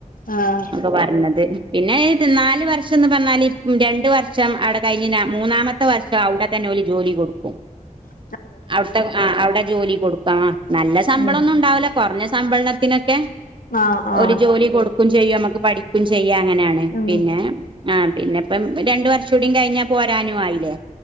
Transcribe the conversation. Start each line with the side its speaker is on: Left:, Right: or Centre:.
Left: ആഹ്
Right: ഒക്കെ പറഞ്ഞത് പിന്നെ നാല് വർഷം എന്ന് പറഞ്ഞാല് രണ്ട വർഷം അടെ കഴിഞ്ഞ മൂന്നാമത്തെ പത്ത വർഷം അവിടെ തന്നെലി ജോലി കൊടുക്കും
Left: ആ
Right: അവിത്തെ ആ അവിടെ ജോലി കൊടുക്കമ നല്ല ശമ്പളംൊന്നും
Left: ഉം
Right: ഉണ്ടാവില്ല കുറഞ്ഞ സമ്പള ത്തിനൊക്കെ
Left: ആഹ് ആഹ്
Right: ഒരു ജോലി കൊടുക്കയും ചെയ്യും നമുക്ക് പഠിക്കയും ചെയ്യാം അങ്ങനെയാണ്
Left: ഉം
Right: പിന്നെ ആ പിന്നെപ്പം രണ്ട വർഷം കൂടയും കഴിഞ്ഞാ പോരാനും ആയില്ലേ